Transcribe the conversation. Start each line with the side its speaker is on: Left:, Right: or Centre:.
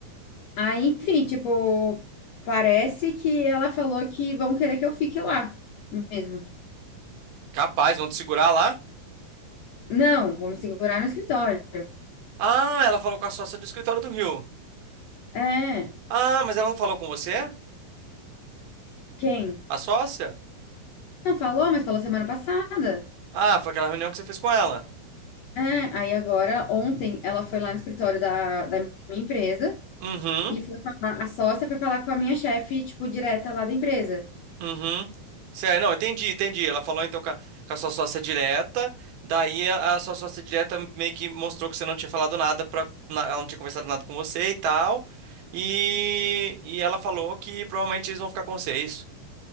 Left: Aí, enfim, tipo, parece que ela falou que vão querer que eu fique lá mesmo.
Right: Capaz, vão te segurar lá?
Left: Não, vou me segurar no escritório.
Right: Ah, ela falou com a sócia do escritório do Rio.
Left: É,
Right: Ah, mas ela não falou com você?
Left: quem?
Right: A sócia?
Left: Não falou, mas falou semana passada.
Right: Ah, foi aquela reunião que você fez com ela.
Left: É, aí agora, ontem, ela foi lá no escritório da, da minha empresa
Right: Uhum.
Left: e foi falar, a sócia foi falar com a minha chefe, tipo, direta lá da empresa.
Right: Uhum. Sério, não, entendi, entendi. Ela falou então com a, com a sua sócia direta, daí a, a sua sócia direta meio que mostrou que você não tinha falado nada para ela não tinha conversado nada com você e tal. E, e ela falou que provavelmente eles vão ficar com você, é isso?